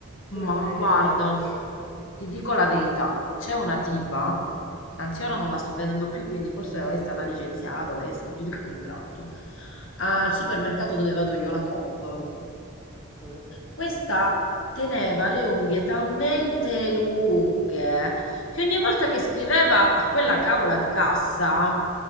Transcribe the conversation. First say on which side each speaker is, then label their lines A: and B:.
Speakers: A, on the left; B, on the left.
A: Ma
B: Pure quelle
A: guarda,
B: lunghe esagerate.
A: ti dico la verità, c'è una tipa, anzi
B: Eh.
A: ora non la sto vedendo più, quindi forse è stata licenziata, le è scaduto il contratto. Al supermercato dove vado io, la Coop.
B: mm.
A: Questa teneva le unghie talmente lunghe che ogni volta che scriveva a quella cavola di cassa,